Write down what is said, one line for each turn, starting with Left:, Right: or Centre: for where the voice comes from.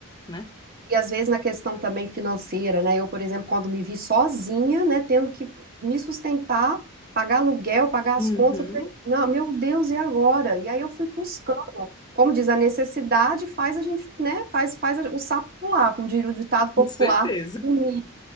Left: né?
Right: E às vezes na questão também financeira, né? Eu, por exemplo, quando me vi sozinha, né, tendo que me sustentar, pagar aluguel, pagar as
Left: Uhum,
Right: contas, eu falei, não, meu Deus, e agora? E aí eu fui buscando. Como diz, a necessidade faz a gente, né, faz, faz a- o sapo pular, como diria o ditado popular
Left: com certeza.
Right: em mim.